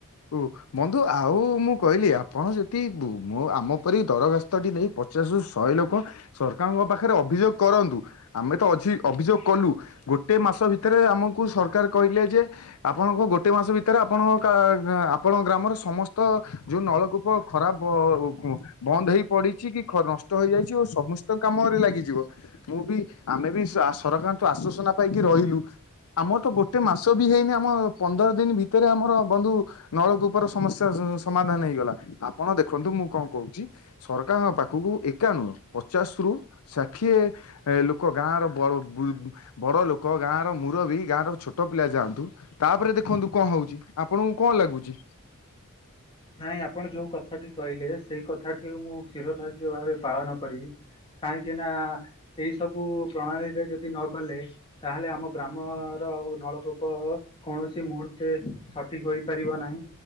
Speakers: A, on the left; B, on the left.
A: କୁ ବନ୍ଧୁ ଆଉ ମୁଁ କହିଲି ଆପଣ ଯଦି ବୁ ମୁଁ ଆମ ପରି ଦରଖାସ୍ତଟି ନେଇ ପ୍ ପଚାଶ ରୁ ଶହେ ଲୋକ ସରକାରଙ୍କ ପାଖରେ ଅଭିଯୋଗ କରନ୍ତୁ ଆମେ ତ ଅଛି ଅଭିଯୋଗ କଲୁ ଗୋଟେ ମାସ ଭିତରେ ଆମକୁ ସରକାର କହିଲେ ଯେ ଆପଣଙ୍କ ଗୋଟେ ମାସ ଭିତରେ ଆପଣଙ୍କ କା ରା ଆପଣଙ୍କ ଗ୍ରାମର ସମସ୍ତ ଯୋଉ ନଳକୂପ ଖରାପ ବନ୍ଦ ହେଇ ପଡିଛି କି ଖ ନଷ୍ଟ ହେଇଯାଇଛି ଓ ସମସ୍ତ କାମରେ ଲାଗିଯିବ। ମୁଁ ବି ଆମେ ବି ସ୍ ସରକାରଠୁ ଆଶ୍ଵସ ନା ପାଇକି ରହିଲୁ। ଆମର ତ ଗୋଟେ ମାସ ବି ହେଇନି ଆମ ପନ୍ଦର ଦିନ ଭିତରେ ଆମର ବନ୍ଧୁ ନଳକୂପର ସମସ୍ୟା ସମାଧାନ ହେଇଗଲା। ଆପଣ ଦେଖନ୍ତୁ ମୁଁ କଣ କୋହୁଚି ସରକାରଙ୍କ ପାଖ ଖକୁ ଏକା ନୁହଁ ପଚାଶରୁ ଷାଠିଏ ଲୋକ ଗାଁର ବ ବ୍ୟୁ ବ ବଡ଼ ଲୋକ ଗାଁର ମୁରବୀ, ଗାଁର ଛୋଟ ପିଲା ଯାଆନ୍ତୁ। ତାପରେ ଦେଖନ୍ତୁ କଣ ହୋଉଛି ଆପଣଙ୍କୁ କଣ ଲାଗୁଚି
B: ନାଇଁ ଆପଣ ଯୋଉ କଥାଟି କହିଲେ ସେଇ କଥାଟି ମୁଁ ଶିରଧାର୍ଯ୍ୟ ଭାବେ ପାଳନ କରିବି। କାହିଁକିନା ଏଇ ସବୁ ପ୍ରଣାଳୀରେ ଯଦି ନ କଲେ ତାହେଲେ ଆମ ଗ୍ରାମ <unintelligible> ନଳକୂପ କୌଣସି ମୁହୂର୍ତ୍ତେ ସଠିକ ହୋଇପାରିବ ନାହିଁ।